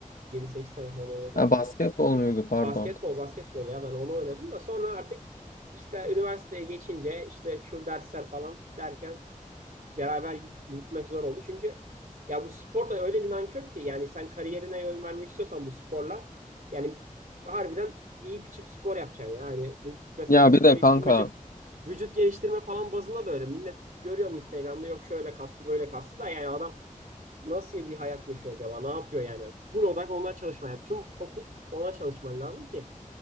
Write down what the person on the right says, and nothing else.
yedi sekiz sene falan oynadım
da.
Basketbol basketbol ya ben onu oynadım da sonra artık işte üniversiteye geçince işte şu dersler falan derken. beraber yürütmek zor oldu. Çünkü ya bu spor da öyle bir nankör ki yani sen kariyerine yön vermek istiyorsan bu sporla yani harbiden yiyip içip spor yapacaksın. Yani bu mesela
vücut
geliştirmece
vücut geliştirme falan bazında da öyle. Millet görüyorsun Instagram'da yok şöyle kaslı böyle kaslı da yani adam nasıl bir hayat yaşıyor acaba? Ne yapıyor yani? Full odak ona çalışman. Yani tüm fokus ona çalışman lazım ki